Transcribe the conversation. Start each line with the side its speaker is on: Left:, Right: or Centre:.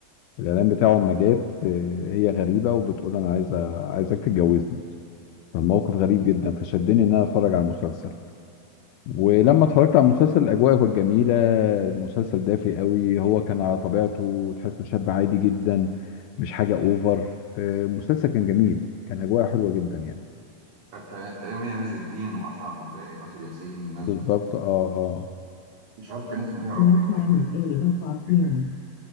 Left: الاعلان بتاعه اما جت آه، هي غريبه وبتقول انا عايزه عايزك تتجوزني فالموقف غريب جدا فشدني ان انا اتفرج على المسلسل ولما اتفرجت على المسلسل الاجواء كانت جميله مسلسل دافي قوي هو كان على طبيعته تحسه شاب عادي جدا مش حاجه اوفر آه، المسلسل كان جميل كان اجواء حلوه جدا يعني
Right: كانت تقريبا مي عز الدين وأشرف عبد الباقي وآسر ياسين والناس
Left: بالظبط
Right: دي
Left: اه اه
Right: مش عارف كان اسمه إيه يا ربي
Left: Prime
Right: وتكمل
Left: time
Right: الحكاية
Left: 8 o'clock
Right: ولا كانت
Left: p.m.
Right: أنهي.